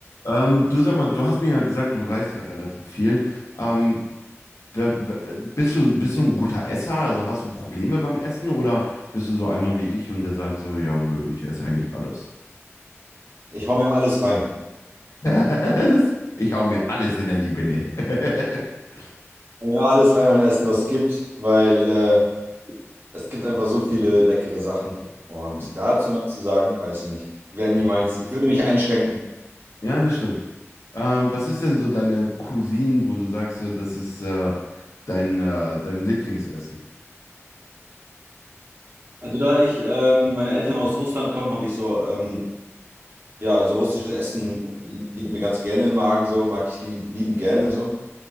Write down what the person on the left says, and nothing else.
Ähm, du sag mal, du hast mir ja gesagt, du reist ja relativ viel. Ähm, wer- wer- bist du, bist du ein guter Esser? Also hast du Probleme beim Essen oder bist du so einer wie ich und der sagt so, ja, nö, ich esse eigentlich alles.
<laughs> Das,
ich hau mir alles hinter die Birne. <laughs>
Ja,
Ja, das stimmt. Ähm, was ist denn so deine Cousine, wo du sagst, so, das ist äh, dein, äh, dein Lieblingsessen?